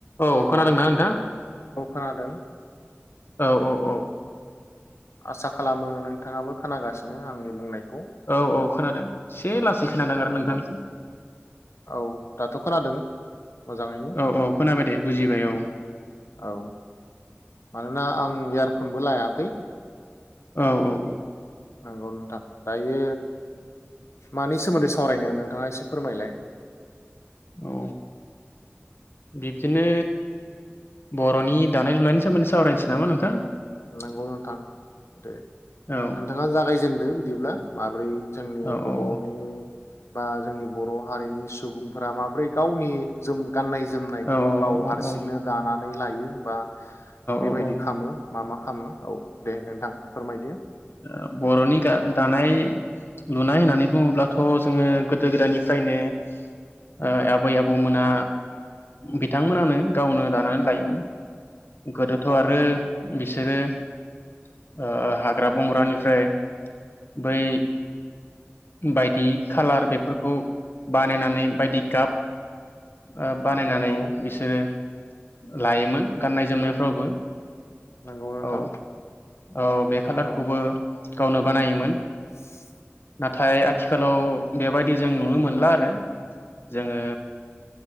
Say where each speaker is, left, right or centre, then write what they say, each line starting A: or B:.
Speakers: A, on the left (about 55°); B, on the left (about 80°).
A: औ खोनादोंना नोंथां?
B: औखोनादों
A: औ <inaudible>
B: आसा खालामो नोंथाङाबो खोनागासिनो आंनि बुंनायखौ
A: औ औ खोनादों से लासै खोनादों आरो
B: नंगौ
A: नोंथांनिखो
B: औ दाथ' खोनादों मोजाङैनो
A: औ औ खोनाबाय दे बुजिबाय औ
B: औ मानोना आं इयारफनबो लायाखै
A: औ औ औ
B: नंगौ नोंथां दायो मानि सोमोन्दै सावरायनो नोंथाङा एसे फोरमायलाय
A: औ बिब्दिनो बर'नि दानाय लुनायनि सोमोन्दै सावरायनोसै नामा नोंथां
B: नोंगौ नोंथां दे
A: औ
B: नोंथाङा जागायजेनदो बिदिब्ला माब्रै जोंनि
A: औ
B: बर'नि
A: औ
B: बा जोंनि बर' हारिनि सुबुंफोरा माबोरै गावनि जोम गाननाय जोमनायखौ
A: औ
B: गाव
A: औ
B: हारसिंनो
A: औ
B: दानानै लायो बा बेबायदि
A: औ
B: खामो। मा मा खामो। औ दे नोंथां फोरमायदो।
A: ओ बरनि गा दानाय लुनाय होननानै बुङोब्लाथ जोङो गोदो गोदायनिफ्रायनो ओह आबै आबौमोना बिथांमोनानो गावनो दानानै लायोमोन। गोदोथ
B: नंगौ
A: आरो
B: नोंथां
A: बिसोरो ओ ओ हाज हाग्रा बंग्रानिफ्राय बै बायदि खालार बेफोरखौ बानायनानै बायदि गाब ओह बानायनानै
B: नंगौ
A: बिसोरो लायोमोन गाननाय जोमनायफ्रावबो। औ
B: नंगौ नोंथां
A: औ बे खालारखौबो
B: औ
A: गावनो बानायोमोन।
B: <inaudible>
A: नाथाय आथिखालाव बेबायदि जों नुनो मोनला आरो जोङो